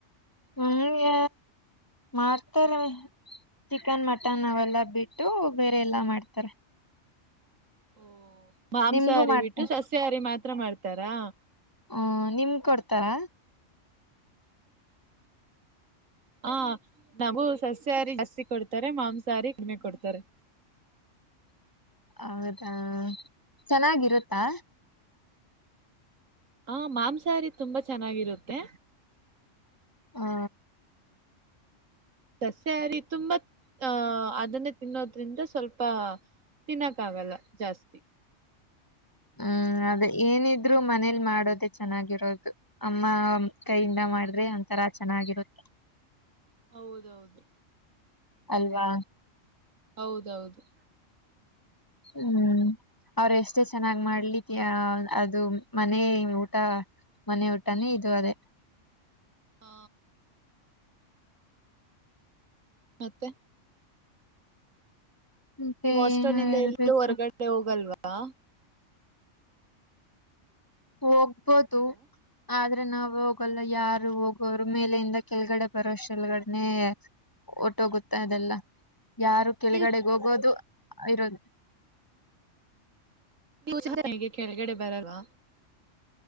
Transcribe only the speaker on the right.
ಓಹೊ ಮಾಂಸಾಹಾರಿ
ಬಿಟ್ಟು ಸಸ್ಯಹಾರಿ ಮಾತ್ರ ಮಾಡ್ತಾರಾ.
ಹಾ ನಾವು ಸಸ್ಯಹಾರಿ ಜಾಸ್ತಿ ಕೊಡ್ತಾರೆ ಮಾಂಸಾಹಾರಿ ಕಡಿಮೆ ಕೊಡ್ತಾರೆ
ಹಾ ಮಾಂಸಾಹಾರಿ ತುಂಬಾ ಚೆನ್ನಾಗಿರುತ್ತೆ
ಸಸ್ಯಾಹಾರಿ ತುಂಬಾ ಅಹ ಅದನ್ನೇ ತಿನ್ನೋದ್ರಿಂದ ಸ್ವಲ್ಪ ತಿನ್ನಕ್ಕ ಆಗಲ್ಲ ಜಾಸ್ತಿ.
ಹೌದೌದು
ಹೌದೌದು.
ಹಾ ಮತ್ತೆ
ನೀವು ಹಾಸ್ಟಲನಿಂದ
ಎಲ್ಲೂ ಹೊರಗಡೆ ಹೋಗಲ್ವಾ.
ಹಲೋ
ನೀವು
ನೀವು <unintelligible> ಕೆಳಗಡೆ ಬರಲವ್